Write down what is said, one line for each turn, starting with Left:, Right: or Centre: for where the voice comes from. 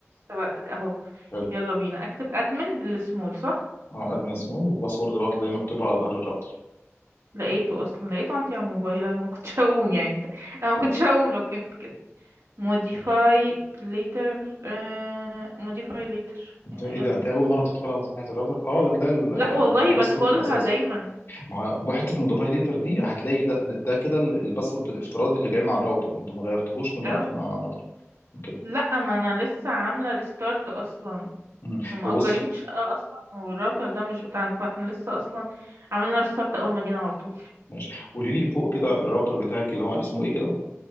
Right: سبقتك اهو
Left: حلو
Right: يلا بينا اكتب admin بالسمول صح
Left: اه ادمن سمول والباسورد بقى اللي هي مكتوبه على ظهر الراوتر
Right: لقيته اصلا لقيته عندي على الموبايل انا ما كنتش <laughs> هقوم يعني انا
Left: كويس
Right: ما كنتش هقوم لو كانت كده modify
Left: ماشي
Right: later آه... modify later
Left: انت
Right: يعني
Left: ايه ده انت اول مره تدخلها على صفحه الراوتر اه ده تلاقي ال- ال-
Right: لا والله
Left: الباسورد
Right: بدخلها
Left: الاساسي
Right: دايما
Left: ما هو حته موديفاي ليتر دي هتلاقي ده ده كده ال- الباسورد الافتراضي اللي جاي مع الراوتر انتوا ما غيرتوهوش من وقت
Right: اه
Left: ما عملته اوكي
Right: لا ما انا لسه عامله ريستارت اصلا
Left: مم.
Right: هم
Left: طب
Right: مأجرين
Left: بص
Right: شقه اصلا والراوتر ده مش بتاعنا فاحنا لسه اصلا عملنا ريستارت اول ما جينا على طول
Left: ماشي قولي لي فوق كده الراوتر بتاعك اللي هو اسمه ايه كده